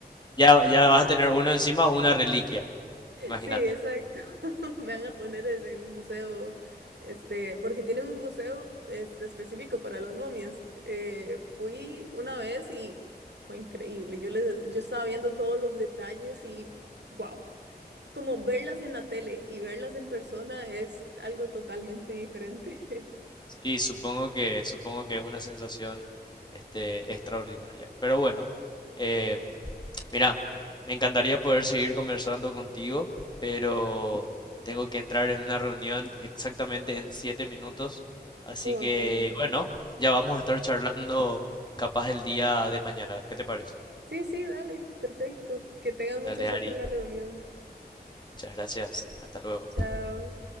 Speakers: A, on the left; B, on the right.
A: Ya, ya vas a tener uno encima, una reliquia, imagínate.
B: Sí, exacto. <laughs> Me van a poner en el museo, este, porque tienen un museo este, específico para las momias. Eh, fui una vez y fue increíble. Yo les, yo estaba viendo todos los detalles y wow. Como verlas en la tele y verlas en persona es algo totalmente diferente. <laughs>
A: Sí, supongo que, supongo que es una sensación este, extraordinaria. Pero bueno, eh, mira, me encantaría poder seguir conversando contigo, pero tengo que entrar en una reunión exactamente en siete minutos. Así
B: Ok.
A: que bueno, ya vamos a estar charlando capaz el día de mañana. ¿Qué te parece?
B: Sí, sí, dale. Perfecto. Que tengas mucha
A: Dale,
B: suerte
A: Ari.
B: en la reunión.
A: Muchas gracias. Hasta luego.
B: Chao.